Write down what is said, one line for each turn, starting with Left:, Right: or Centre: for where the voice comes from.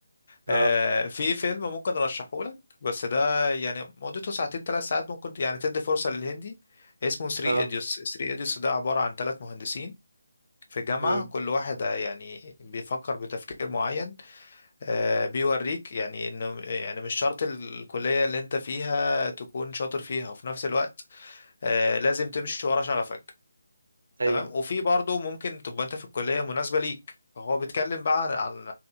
Right: اه
Left: آه في فيلم ممكن ارشحه لك بس ده يعني مدته ساعتين ثلاث ساعات ممكن يعني تدي فرصه للهندي اسمه 3
Right: اه
Left: ايديوس 3 ايديوس ده عباره عن ثلاث مهندسين في جامعة
Right: امم
Left: كل واحد يعني بيفكر بتفكير معين آه، بيوريك يعني انه يعني مش شرط الكلية اللي انت فيها تكون شاطر فيها وفي نفس الوقت آه، لازم تمشي ورا شغفك
Right: ايوه
Left: تمام وفي برضو ممكن تبقى انت في الكلية مناسبة ليك فهو بيتكلم بقى عن عن